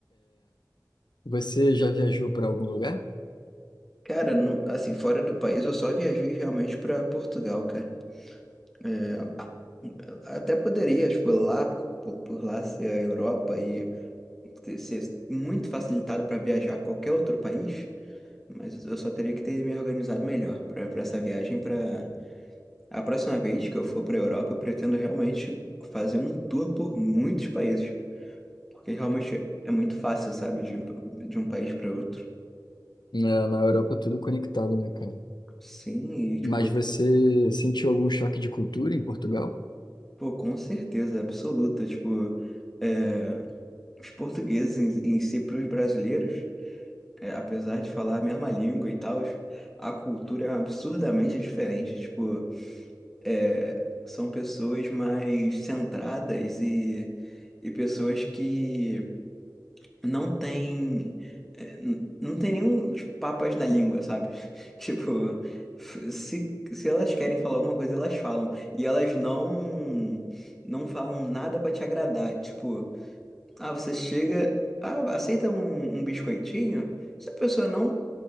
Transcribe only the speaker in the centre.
Cara, não- assim, fora do país, eu só viajei realmente pra Portugal, cara. É, até poderia, tipo, lá, por, por, por lá ser a Europa e ter- ser muito facilitado pra viajar a qualquer outro país, mas eu só teria que ter me organizado melhor pra pra essa viagem. Pra a próxima vez que eu for pra Europa, eu pretendo realmente fazer um tour por muitos países, porque realmente é muito fácil, sabe, de, um- de um país pra outro.
Sim, e tipo.
Pô, com certeza, absoluta. Tipo, é, os portugueses em, em si, para os brasileiros, é, apesar de falar a mesma língua e tal, a cultura é absurdamente diferente. Tipo, é, são pessoas mais centradas e, e pessoas que não tem eh, n- não tem nenhum tipo, papas na língua, sabe? <laughs> Tipo, f- se, se elas querem falar alguma coisa, elas falam. E elas não não falam nada pra te agradar. Tipo, ah, você chega, ah, aceita um, um biscoitinho? Se a pessoa não,